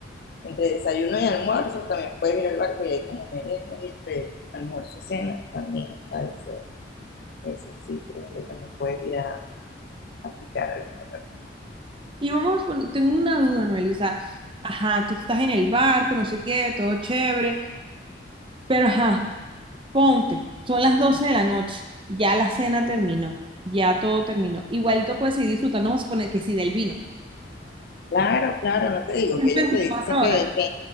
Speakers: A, on the left; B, on the right.
A: Entre desayuno y almuerzo también puedes ir al barco y hay como merienda y entre almuerzo y cena también está ese, ese sitio donde también puedes ir a, a picar alguna otra
B: Y vamos a poner, tengo una duda, Noelisa. Ajá, tú estás en el barco, no sé qué, todo chévere. Pero ajá, ponte, son las 12 de la noche, ya la cena terminó, ya todo terminó. Igualito puedes seguir disfrutando, vamos a suponer que sí, del vino.
A: Claro, claro, no te digo
B: Son
A: que ellos
B: 24
A: te dicen que,
B: horas.
A: que,